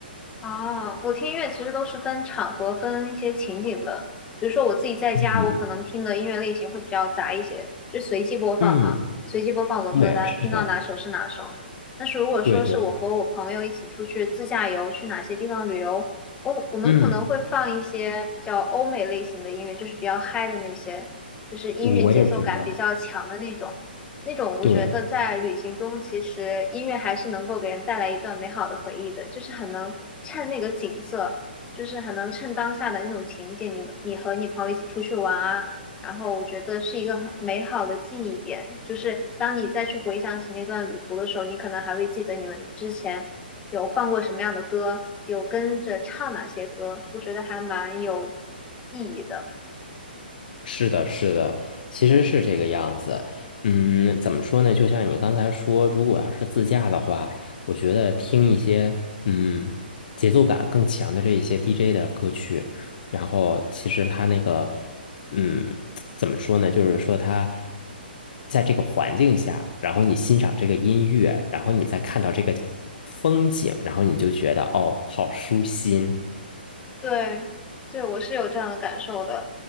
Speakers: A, on the left; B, on the left.
A: 啊，我听音乐其实都是分场合、分一些情景的。比如说我自己在家，
B: 嗯
A: 我可能听的音乐类型会比较杂一些，就随机播放嘛，
B: 嗯，
A: 随机播放我的歌单，
B: 对，是的，
A: 听到哪首是哪首。但是如果说是我和我朋友一起出去自驾游，
B: 对对，
A: 去哪些地方旅游，我我们可能会放一些比较欧美类型的音乐，
B: 嗯，
A: 就是比较嗨的那些，就是音乐节奏感比较强的那种。
B: 我也觉得，
A: 那种我觉得在旅行中，
B: 对。
A: 其实音乐还是能够给人带来一段美好的回忆的，就是很能衬那个景色，就是很能衬当下的那种情景。你们你和你朋友一起出去玩啊，然后我觉得是一个很美好的记忆点。就是当你再去回想起那段旅途的时候，你可能还会记得你们之前有放过什么样的歌，有跟着唱哪些歌，我觉得还蛮有意义的。
B: 是的，是的，其实是这个样子。嗯，怎么说呢？就像你刚才说，如果要是自驾的话，我觉得听一些嗯节奏感更强的这一些 DJ 的歌曲，然后其实他那个嗯怎么说呢？就是说他在这个环境下，然后你欣赏这个音乐，然后你再看到这个风景，然后你就觉得哦，好舒心。
A: 对，对，我是有这样的感受的。